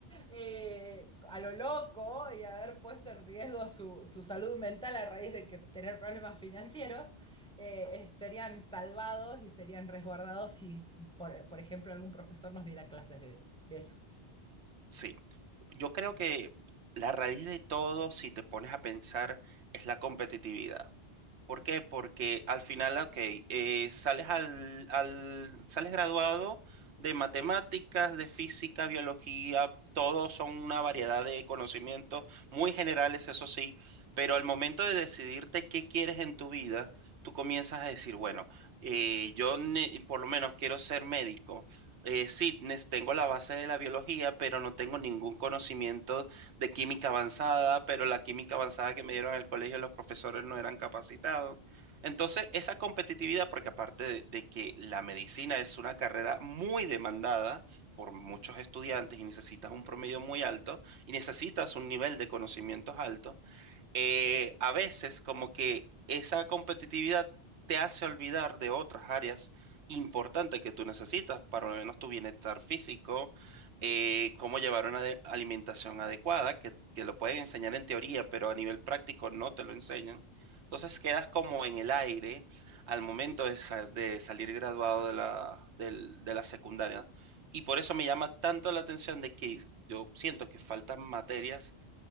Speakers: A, in the centre; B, on the right.
A: eh, a lo loco y haber puesto en riesgo su, su salud mental a raíz de que tener problemas financieros. eh, eh, serían salvados y serían resguardados si, por, por ejemplo, algún profesor nos diera clases de de eso.
B: sí. Yo creo que la raíz de todo, si te pones a pensar, es la competitividad. ¿Por qué? Porque al final, ok, eh, sales al, al- sales graduado de matemáticas, de física, biología, todos son una variedad de conocimientos muy generales, eso sí, pero al momento de decidirte qué quieres en tu vida, tú comienzas a decir, bueno, eh, yo ne- por lo menos quiero ser médico. Eh, sí, nes- tengo la base de la biología, pero no tengo ningún conocimiento de química avanzada, pero la química avanzada que me dieron en el colegio los profesores no eran capacitados. Entonces, esa competitividad, porque aparte de, de que la medicina es una carrera muy demandada por muchos estudiantes y necesitas un promedio muy alto y necesitas un nivel de conocimientos alto, eh, a veces como que esa competitividad te hace olvidar de otras áreas importantes que tú necesitas, para lo menos tu bienestar físico, eh, cómo llevar una de- alimentación adecuada, que, que lo pueden enseñar en teoría, pero a nivel práctico no te lo enseñan. Entonces quedas como en el aire al momento de, sa- de salir graduado de la, del- de la secundaria. Y por eso me llama tanto la atención de que yo siento que faltan materias